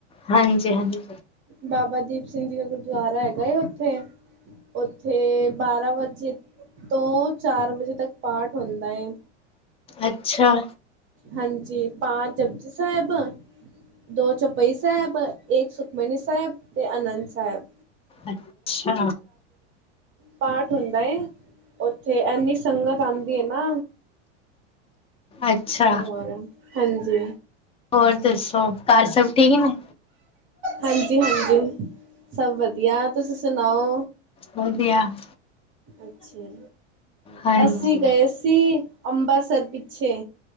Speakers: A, on the left; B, on the right.
A: ਹਾਂਜੀ ਹਾਂਜੀ।
B: ਬਾਬਾ ਦੀਪ ਸਿੰਘ ਜੀ ਦਾ ਗੁਰਦੁਆਰਾ ਹੈਗਾ, ਉੱਥੇ ਉੱਥੇ ਬਾਰਾਂ ਵਜੇ। ਤੋਂ ਚਾਰ ਵਜੇ ਤੱਕ ਪਾਠ ਹੁੰਦਾ ਏ।
A: ਅੱਛਾ
B: ਹਾਂਜੀ ਪਾਚ ਜਪਜੀ ਸਾਹਿਬ, ਦੋ ਚੌਪਈ ਸਾਹਿਬ ਇੱਕ ਸੁਖਮਨੀ ਸਾਹਿਬ। ਸਾਹਿਬ ਤੇ ਆਨੰਦ ਸਾਹਿਬ।
A: ਅੱਛਾ,
B: ਪਾਠ ਹੁੰਦਾ ਏ, ਉੱਥੇ ਇਨੀ ਸੰਗਤ ਅਉਦੀ ਏ ਨਾ।
A: ਅੱਛਾ
B: ਹੋਰ ਹਾਂਜੀ।
A: ਹੋਰ ਦੱਸੋ, ਘਰ ਸਭ ਠੀਕ ਨੇ।
B: ਹਾਂਜੀ, ਹਾਂਜੀ ਸਭ ਵਧੀਆ, ਤੁਸੀਂ ਸੁਣਾਓ?
A: ਵਧੀਆ <inaudible>
B: ਅੱਛਾ,
A: ਹਾਂਜੀ,
B: ਅੱਸੀ ਗਏ ਸੀ। ਅੰਬਰਸਰ ਪਿੱਛੇ।